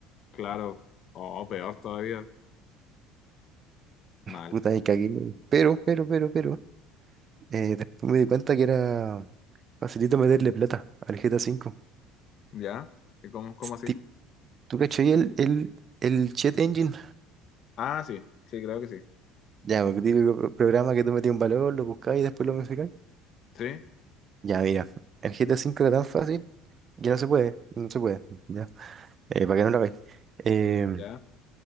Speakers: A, on the left; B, on the right.
A: claro, o, o peor todavía, mal.
B: Puta, me cagué. Pero, pero, pero, pero. eh, después me di cuenta que era facilito meterle plata al GTA cinco
A: ¿Ya? ¿Y cómo, cómo así?
B: Ti- ¿Tú cachai el, el, el Chat Engine?
A: Ah, sí, sí, creo que sí.
B: Ya, porque típico pro- programa que tú metías un valor, lo buscáis y después lo modificáis.
A: Sí,
B: Ya, mira. El GTA cinco era tan fácil que no se puede. No se puede. Ya. eh, para que no lo veáis. Eh,
A: ya,